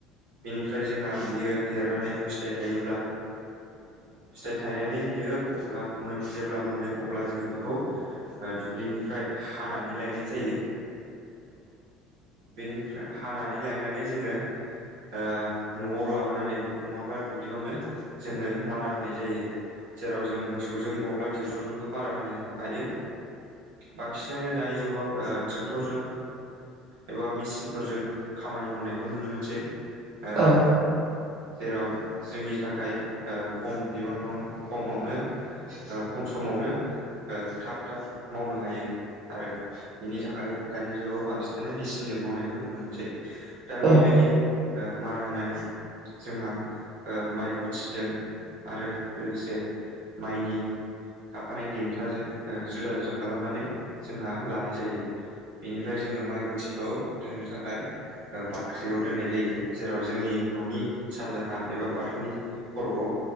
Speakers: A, on the right; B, on the right.
A: बिनिफ्राय जोंहा बियो देरनानै फिथाइ थायोब्ला
B: <inaudible>
A: फिथाइ थायनानै बियो अब्ला मोनो जेब्ला मोनो अब्ला जोङो बेखौ दुब्लिनिफ्राय हानानै लायनाय जायो। बेनिफ्राय हानानै लायनानै जोङो
B: औ
A: ओ न'आव लाबोनानै नङाब्ला दुब्लियावनो जोङो मारा होनाय जायो। जेराव जों मोसौजों नङाब्ला ट्रेक्टरजोंबो मारा होनो हायो। बांसिनानो दानि जुगाव ओ ट्रेक्टरजों एबा मेचिनफोरजों खामानि मावनायखौ नुनो मोनसै ओ
B: औ
A: जेराव जोंनि थाखाय ओ खम बिबाङावनो खमावनो ओ खम समावनो ओ थाब थाब मावनो हायो। आरो बिनि थाखाय दानि जुगाव बांसिनानो मेसिनजों मावनायखौ नुनो मोनसै। दा बेबायदि
B: औ
A: ओ मारा होनानै जोंहा ओ माइ गुथिजों आरो लोगोसे माइनि थाफानाय देन्थाजों जुदा जुदा खालामनानै जोंहा लानाय जायो बेनिफ्राय जोङो माइ गुथिखौ दोननो थाखाय बाख्रियाव दोननाय जायो जेराव जोंनि न'नि सानजाहा एबा बाथौनि खर'आव